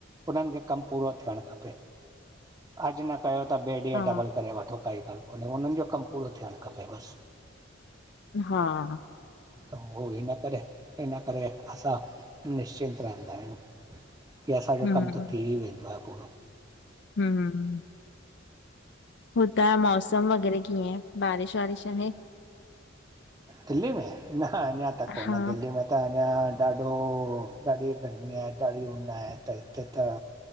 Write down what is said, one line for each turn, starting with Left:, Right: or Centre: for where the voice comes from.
Right: उननि खे कमु पूरो थियणु खपे। अॼु न कयो त ॿे ॾींहुं
Left: हा
Right: डबल करे वठो, काई ॻाल्हि कोन्हे। हुननि जो कमु पूरो थियणु खपे बस।
Left: हा!
Right: त हो हिन करे, हिन करे असां निश्चिंत रहंदा आहियूं, की असांजो
Left: हम्म
Right: कमु त थी वेंदो आहे पूरो।
Left: हूं। हुता जो मौसम वग़ैरह कीअं आहे, बारिश-वारिश आहे।
Right: दिल्ली में, न अञा त
Left: हा
Right: कोन दिल्ली में त अञा ॾाढो ॾाढी गर्मी आ, ॾाढी ऊञ आहे, त हिते त